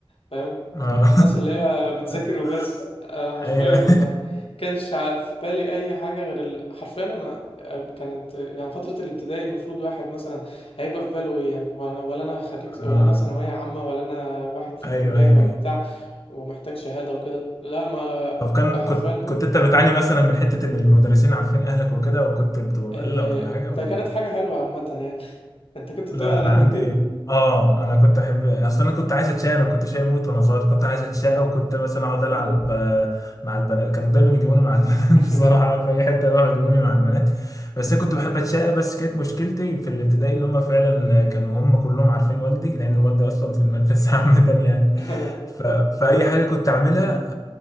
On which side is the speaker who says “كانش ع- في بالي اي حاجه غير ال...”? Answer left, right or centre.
Left